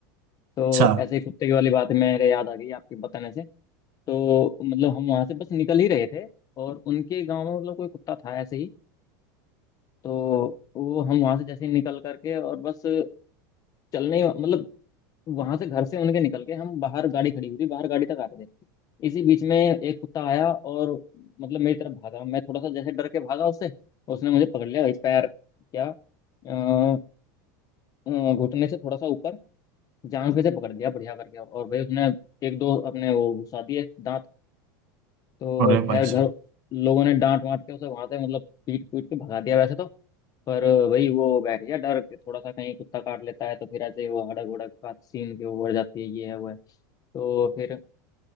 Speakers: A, on the left (about 35°); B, on the right (about 60°).
A: तो
B: अच्छा
A: ऐसे ही कुत्ते की वाली बात मेरे याद आ गई आपके बताने से तो मतलब हम वहां से बस निकल ही रहे थे और उनके गांव में मतलब कोई कुत्ता था ऐसे ही तो वो हम वहां से जैसे ही निकल करके और बस चलने ही- मतलब वहां से घर से उनके निकल के हम बाहर गाड़ी खड़ी हुई थी बाहर गाड़ी तक आ रहे थे इसी बीच में एक कुत्ता आया और मतलब मेरी तरफ भागा मैं थोड़ा सा जैसे डर के भागा उससे उसने मुझे पकड़ लिया इस पैर क्या अ, अ, घुटने से थोड़ा सा ऊपर जांग पे से पकड़ लिया बढ़िया करके और भाई उसने एक दो अपने वो घुसा दिए दांत तो
B: अरे
A: खैर
B: भाई
A: घर
B: साहब
A: लोगों ने डांट वांट के उसे वहां से मतलब पीट पीट के भगा दिया वैसे तो पर भाई वो बैठ गया डर के थोड़ा सा कहीं कुत्ता काट लेता है तो फिर ऐसे वो हड़क उड़क का सीन के ऊपर जाती है ये है वो है तो फिर